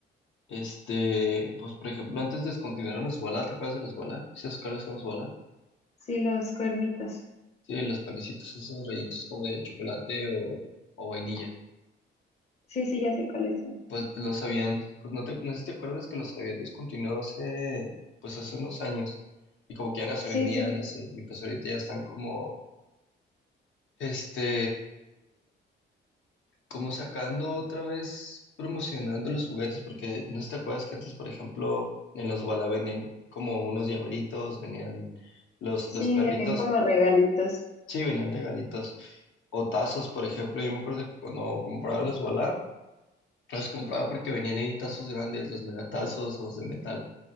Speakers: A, on the left; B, on the left.
A: este, pues por ejemplo, antes descontinuaron los bola, ¿te acuerdas de los bola? ¿Sabes cuáles son los bola?
B: Sí, los cuernitos.
A: Sí, los panecitos esos rellenos como de chocolate o, o vainilla.
B: Sí, sí, ya sé cuáles son.
A: Pues los habían, pues no te, no sé si te acuerdas que los habían descontinuado hace, pues hace unos años. Y como que ya no se
B: Sí,
A: vendían
B: sí,
A: así, y pues ahorita ya están como Este, como sacando otra vez, promocionando los juguetes, porque no sé si te acuerdas que antes, por ejemplo, en los Walla vendían como unos diabritos, venían los,
B: sí,
A: los perritos,
B: venían como regalitos.
A: sí, venían regalitos, o tazos, por ejemplo, yo me acuerdo que cuando compraba los Walla, los compraba porque venían ahí tazos grandes, los megatazos o los de metal.